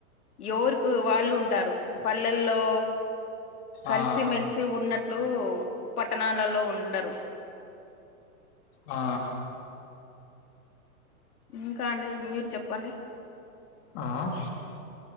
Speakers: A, on the left (about 80°); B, on the left (about 30°).
A: ఎవరుకూ వాళ్ళు ఉంటారు. పల్లెల్లో కలిసిమెలిసి
B: ఆ
A: ఉన్నట్ ట్లూ పట్టణాలల్లో ఉండరు.
B: ఆ
A: ఇంకా అండి మీరు చెప్పండి.
B: ఆ?